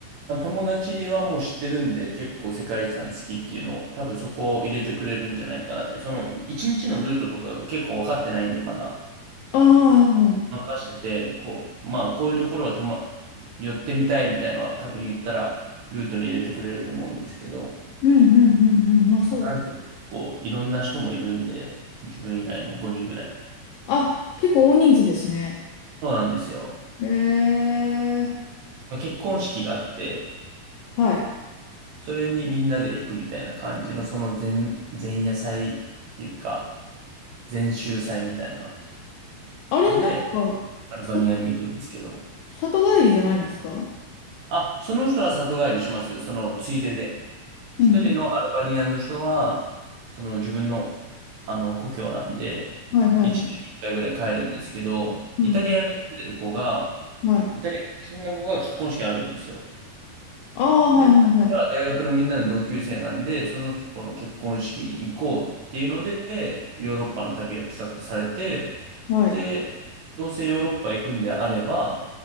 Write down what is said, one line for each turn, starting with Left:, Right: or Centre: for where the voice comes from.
Right: まあ友達にはもう知ってるんで、結構世界遺産好きっていうのを、多分そこを入れてくれるんじゃないかなって。その、一日のルートとかが結構分かってないんで、まだ。
Left: ああ、はいはいうん
Right: 任してて、こう、まあ、こういうところはとま、寄ってみたいみたいなのは、多分言ったら、ルートに入れてくれると思うんですけど、
Left: うんうんうん、まあそう。
Right: なんせ結構いろんな人もいるんで、自分以外にも5人ぐらい。
Left: あ、結構大人数ですね。
Right: そうなんですよ。
Left: えー、
Right: まあ結婚式があって、
Left: はい。
Right: それにみんなで行くみたいな感じの、その前、前夜祭っていうか、禅宗祭みたいな
Left: あれ、
Right: ので、
Left: なんか、
Right: アルバニアに行くんですけど、
Left: さ、里帰りじゃないんですか
Right: あ、その人は里帰りしますよ、そのついでで。一人のアルバニアの人は、
Left: うん。
Right: その自分の、あの故郷なんで、
Left: はいはいはい。
Right: 一年に一回ぐらい帰るんですけど、
Left: はいは
Right: イタリアに住んでる子が、
Left: い。はい。
Right: イタリア出身の子が結婚式あるんですよ。
Left: ああ、はいはいはい。
Right: で、それは大学のみんなの同級生なんで、その子の結婚式に行こうっていうので、ヨーロッパの旅が企画されて、
Left: はい。
Right: で、どうせヨーロッパ行くんであれば、